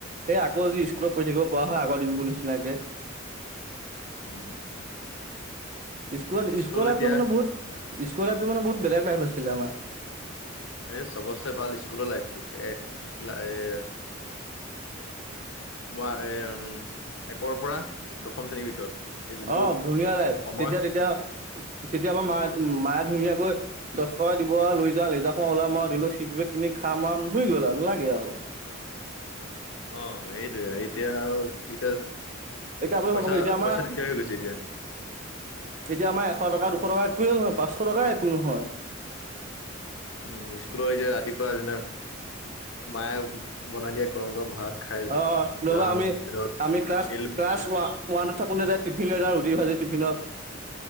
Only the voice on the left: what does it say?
<inaudible>
স্কুল
এতিয়া
এ চবতচে ভাল স্কুলৰ লাইফটো এ কেলা এ, <unintelligible> এম একৰ পৰা দশম শ্ৰেণীৰ ভিতৰত, এই যোনটো
সময়
অ সেইটোয়ে এতিয়া আৰু এতিয়া
পইচা
পইচা দিগদাৰ হৈ গৈছে এতিয়া,
উ স্কুলৰ এই যে ৰাতিপুৱাৰ দিনে মায়ে বনাই দিয়া গৰম গৰম ভাত, খাই
যাওঁ
তাৰপিছত
ফিল